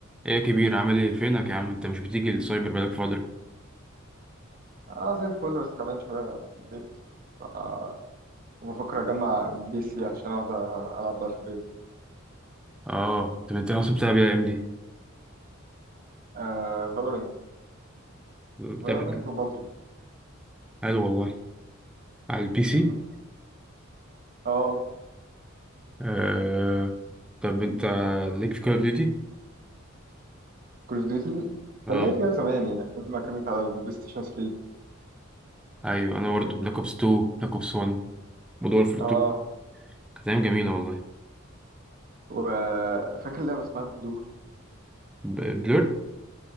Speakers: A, in the centre; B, on the right.
A: ايه يا كبير عامل ايه فينك يا عم انت مش بتيجي السايبر بقالك فترة
B: اه زي الفل بس تعبان شوية في البيت ف- وبفكر أجمع بي سي عشان أقعد ألعب بقى في البيت
A: اه طب انت اصلا بتلعب ايه الايام دي
B: آه فالورنت
A: بتلعب
B: فالورنت
A: إيه؟
B: وبابجي
A: حلو والله على البي سي
B: مم. اه
A: آه. طب انت ليك في كول اوف ديوتي
B: كول اوف ديوتي
A: اه
B: كان ليا فيها زمان يعني لما كانت على البلاي ستيشن 3
A: ايوه انا برضه بلاك اوبس 2 بلاك اوبس 1 مود وورفير 2
B: اه
A: كانت ايام جميلة والله
B: وفاكر لعبة اسمها بلور
A: ب- بلور